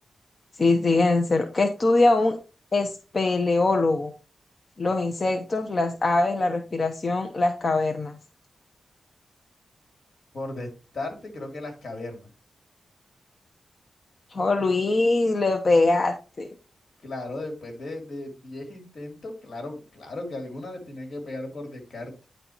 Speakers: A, on the left (about 35°); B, on the left (about 55°).
A: Sí, sí, en cero. ¿Qué estudia un espeleólogo? Los insectos, las aves, la respiración, las cavernas.
B: Por destarte, creo que las cavernas.
A: Oh, Luis, le pegaste.
B: Claro, después de, de 10 intentos, claro, claro que alguna le tenía que pegar por descarte.